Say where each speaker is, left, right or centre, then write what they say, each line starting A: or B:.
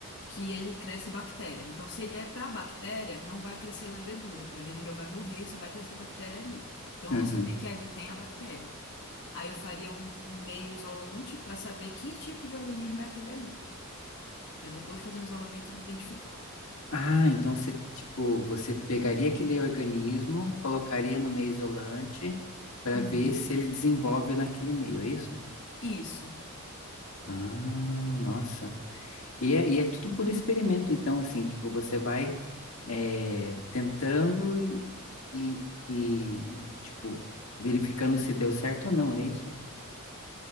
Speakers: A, on the left (about 55°); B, on the left (about 70°).
A: que ele cresce bactéria. Então, se ele é para bactéria, não vai crescer levedura. Levedura vai morrer e só vai crescer bactéria ali. Então,
B: uhum.
A: eu vou saber que ali tem a bactéria. Aí eu faria um, um meio isolante para saber que tipo de organismo é aquele ali, para depois fazer um isolamento e identificar.
B: Ah, então você, tipo, você pegaria aquele organismo, colocaria no meio isolante para
A: Uhum.
B: ver se ele desenvolve naquele meio, é isso?
A: Isso.
B: Ah, nossa. E é, e é tudo por experimento, então, assim, tipo, você vai é, tentando e, e, e, tipo, verificando se deu certo ou não, é isso?